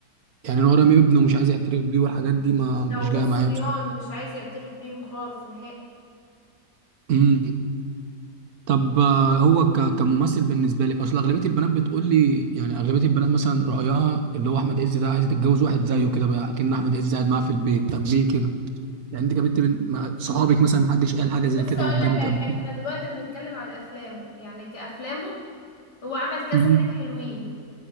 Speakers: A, on the right; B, on the left.
A: يعني انا رامي ابنه مش عايز يعترف بيه والحاجات دي ما مش
B: لو
A: جايه
B: جوز
A: معايا
B: صبيان
A: بصراحه
B: مش عايز يعترف بيهم خالص نهائي
A: امم طب آه، هو ك... كممثل بالنسبه لك اصل اغلبيه البنات بتقول لي يعني اغلبيه البنات مثلا رايها اللي هو احمد عز ده عايزه تتجوز واحد زيه كده بقى كأن احمد عز قاعد معاها في البيت طب ليه كده يعني انت جابت بين مع صحابك مثلا محدش قال حاجه زي
B: بص
A: كده
B: اقول
A: قدامك
B: لك على
A: قبل
B: حاجة
A: كده
B: احنا دلوقتي بنتكلم على افلامه يعني كافلامه هو عمل كذا
A: مم.
B: حاجة حلوين